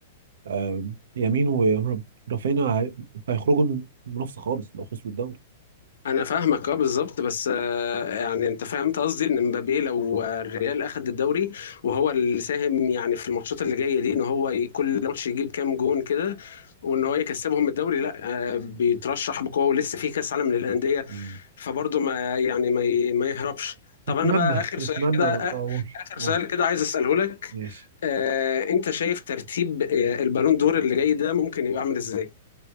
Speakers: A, on the right; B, on the left.
A: آه، يمين ورافينا هي- هيخرجوا من المنافسه خالص لو خسروا الدوري
B: انا فاهمك اه بالظبط بس آه، يعني انت فهمت قصدي ان مبابي لو آه، الريال اخد الدوري وهو اللي ساهم يعني في الماتشات اللي جايه دي ان هو ي- كل ماتش يجيب كام جون كده وان هو يكسبهم الدوري لا آه، بيترشح بقوه ولسه في كاس عالم للانديه
A: مم.
B: فبرضه ما يعني ما ي- ما يهربش طب
A: نتمنى
B: انا بقى اخر
A: نتمنى
B: سؤال كده
A: بقى
B: آ-
A: اقول
B: اخر
A: أقول.
B: سؤال كده عايز اساله لك
A: ماشي
B: آه، انت شايف ترتيب آه، البالون دور اللي جاي ده ممكن يبقى عامل ازاي؟